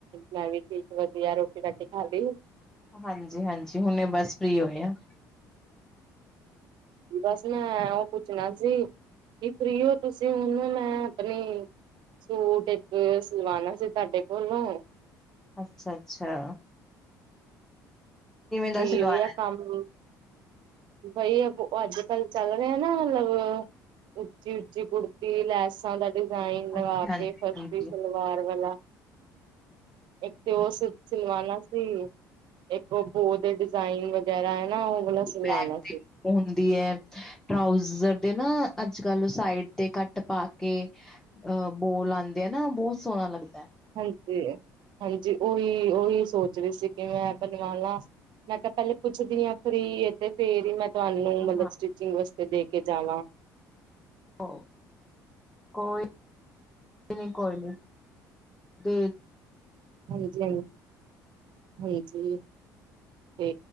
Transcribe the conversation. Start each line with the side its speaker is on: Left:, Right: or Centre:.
Right: ਮੈਂ ਵੀ ਠੀਕ ਵਧੀਆ ਰੋਟੀ-ਰਾਟੀ ਖਾਲੀ।
Centre: ਹਾਂਜੀ-ਹਾਂਜੀ ਹੁਣੇ ਬਸ ਫ੍ਰੀ ਹੋਏ ਆ।
Right: ਬਸ ਮੈਂ ਉਹ ਪੁੱਛਣਾ ਸੀ। ਕੀ ਫ੍ਰੀ ਤੁਸੀਂ ਹੁਣ ਮੈਂ ਆਪਣੀ ਸੂਟ ਇੱਕ ਸਿਲਵਾਨਣਾ ਸੀ ਤੁਹਾਡੇ ਕੋਲੋਂ।
Centre: ਅੱਛਾ-ਅੱਛਾ। ਦਾ
Right: ਫ੍ਰੀ
Centre: ਸਿਲਵਾਣਾ
Right: ਓ ਜਾਂ ਕੰਮ ਬਈ ਅ ਅੱਜ-ਕੱਲ੍ਹ ਚੱਲ ਰਿਹਾ ਨਾ ਮਤਲਬ ਉੱਚੀ-ਉੱਚੀ ਕੁੜਤੀ ਲੈਸਾਂ ਦਾ ਡਿਜ਼ਾਇਨ ਲਵਾ
Centre: ਜੀ?
Right: ਕੇ
Centre: ਹਾਂਜੀ,
Right: ਫਰਸੀ
Centre: ਹਾਂਜੀ
Right: ਸਲਵਾਰ ਵਾਲਾ। ਇੱਕ ਤੇ ਉਹ ਸ ਸਿਲਵਾਾਨਣਾ ਸੀ, ਇੱਕ ਉਹ ਬੋ ਦੇ ਡਿਜ਼ਾਇਨ ਵਗੈਰਾ ਹੈ ਨਾ। ਨਾ-ਨਾ।
Centre: ਬੈਕ ਹੁੰਦੀ ਹੈ, ਟਰਾਊਜ਼ਰ ਦੇ ਨਾ ਅੱਜ-ਕੱਲ੍ਹ ਸਾਈਡ ਤੇ ਕੱਟ ਪਾ ਕੇ ਅਹ ਬੋਲ ਆਉਂਦੇ ਆ ਨਾ ਬਹੁਤ ਸੋਹਣਾ ਲੱਗਦਾ।
Right: ਹਾਂਜੀ, ਹਾਂਜੀ ਓਹੀ, ਓਹੀ ਸੋਚ ਰਹੀ ਸੀ, ਕਿ ਮੈਂ ਬਣਵਾ ਲਾ। ਮੈਂ ਕਿਹਾ ਪਹਿਲੇ ਪੁੱਛਦੀ ਹਾਂ ਫ੍ਰੀ ਇਹ ਤੇ ਫੇਰ ਹੀ ਮੈਂ ਤੁਹਾਨੂੰ ਮਤਲਬ
Centre: ਹਾਂ,
Right: ਸਟਿਚਿੰਗ ਵਾਸਤੇ ਦੇ ਕੇ ਜਾਵਾਂ।
Centre: ਹਾਂ। ਕੋਈ ਨਹੀਂ, ਕੋਈ ਨੀ, ਦੇ
Right: ਹਾਂਜੀ, ਹਾਂਜੀ। 'ਤੇ,